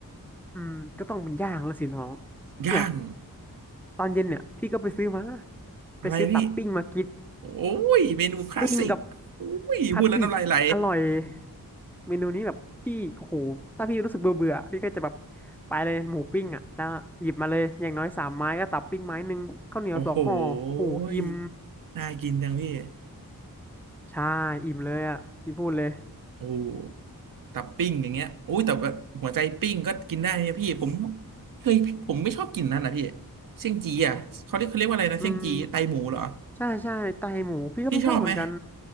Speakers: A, in the centre; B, on the right (about 65°).
A: อืมก็ต้องเป็นย่างแล้วสิน้อง
B: ย่าง
A: เนี่ยตอนเย็นเนี่ยพี่ก็ไปซื้อมา
B: อะไรพี่
A: ไปซื้อตับปิ้งมากิน
B: โอ้ยเมนูคลาสสิกโอ้ยพูดแล้วน้ำลายไหล
A: ปิ้งกับคัตสึอร่อยเมนูนี้แบบพี่โอ้โหถ้าพี่รู้สึกเบื่อเบื่อพี่ก็จะแบบไปเลยหมูปิ้งอ่ะแล้วหยิบมาเลยอย่างน้อยสามไม้ก็ตับปิ้งไม้หนึ่งข้าวเหนียวสองห่อโอ้โหอิ่ม
B: โอ้โหยน่ากินจังพี่
A: ใช่อิ่มเลยอ่ะพี่พูดเลย
B: โอ้ ตับปิ้งอย่างเงี้ยโอ้ยแต่แบบหัวใจปิ้งก็กินได้นะพี่ผมเคยผมไม่ชอบกินนั่นนะพี่เสี่ยงจีอ่ะเขาเรียกเขาเรียกว่าอะไรนะเสี่ยงจีไตหมูเหรอ
A: อืม ใช่ใช่ไตหมูพี่ก็ไม่ชอบเหมือนกัน
B: พี่ชอบไหม